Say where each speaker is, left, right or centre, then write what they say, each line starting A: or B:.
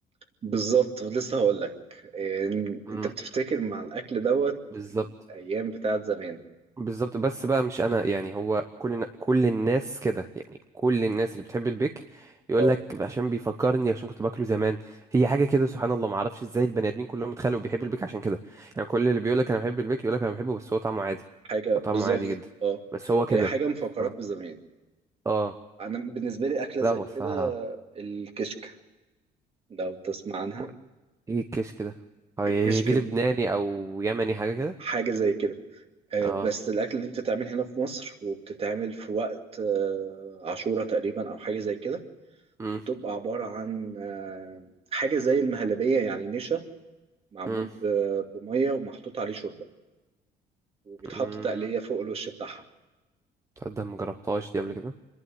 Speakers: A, on the right; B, on the right.
A: بالظبط لسه هقول لك إن-
B: امم
A: انت بتفتكر مع الاكل دوت
B: بالظبط
A: الايام بتاعت زمان
B: بالظبط بس بقى مش انا يعني هو كل كل الناس كده يعني كل الناس اللي بتحب البيك يقول
A: آه.
B: لك عشان بيفكرني عشان كنت باكله زمان هي حاجه كده سبحان الله ما اعرفش ازاي البني ادمين كلهم اتخلقوا بيحبوا البيك عشان كده يعني كل اللي بيقول لك انا بحب البيك يقول لك انا بحبه بس هو طعمه عادي
A: حاجة
B: هو طعمه
A: بالظبط
B: عادي جدا
A: اه
B: بس هو كده
A: هي حاجة مفكراك
B: سبحان الله.
A: بزمان
B: اه
A: أنا بالنسبة لي أكلة زي
B: لا هو الصراحه
A: كده الكشك لو تسمع عنها
B: هو- ايه الكيش كده هو هي
A: الكشك
B: دي لبناني او يمني حاجه كده
A: حاجة زي كده آه،
B: اه
A: بس الأكلة دي بتتعمل هنا في مصر وبتتعمل في وقت آه، عاشورة تقريبا أو حاجة زي كده
B: امم
A: بتبقى عبارة عن آه، حاجة زي المهلبية يعني نشا معمول
B: امم
A: ب- بمية ومحطوط عليه شوربة وبيتحط
B: أمم.
A: تقلية فوق الوش بتاعها
B: تصدق ما جربتهاش دي قبل كده